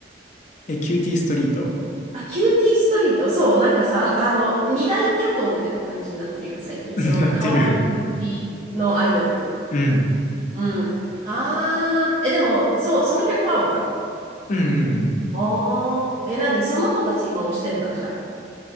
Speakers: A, on the left; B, on the right.
A: え、キューティーストリート
B: あ、キューティーストリート。そう、なんかさ、あの、二大巨頭みたいな感じになってるやん、最近。
A: <laughs>
B: その、
A: なってる。
B: 可愛いプリプリのアイドル。
A: うん。
B: うん。あー、え、でも、そう、その曲はわかる。
A: うんうんうん。
B: あー、え、何その子たち今推してんだ、じゃあ。